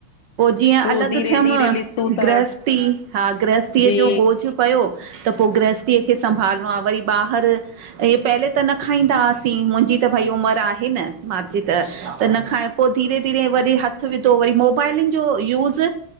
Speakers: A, on the right; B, on the left.
A: जीअं
B: पोइ
A: अलॻि
B: धीरे
A: थियमि,
B: धीरे ॾिसूं था
A: गृहस्थी हा गृहस्थीअ
B: जी
A: ॼो बोझ पियो त पो गृहस्थीअ खे संभालणो आ, वरी ॿाहिर ईहे पहले त न खाईंदा हुआसीं मुंहिंजी त भई उमिरि आहे न मंहांजी त, त न खांइ पो धीरे धीरे वरी हथु विधो, वरी मोबाइलनि ॼो यूॼ